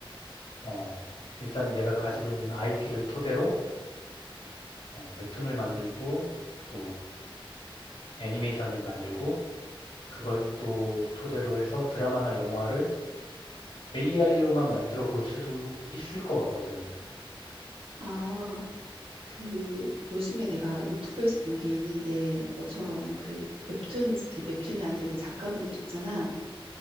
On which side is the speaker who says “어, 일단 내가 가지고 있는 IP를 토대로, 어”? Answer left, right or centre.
Left